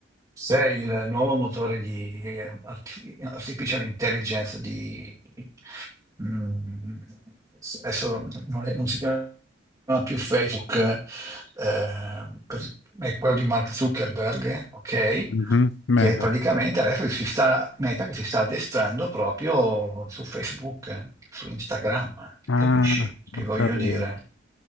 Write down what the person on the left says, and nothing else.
mhm, Meta.
Ah,
ho
capito,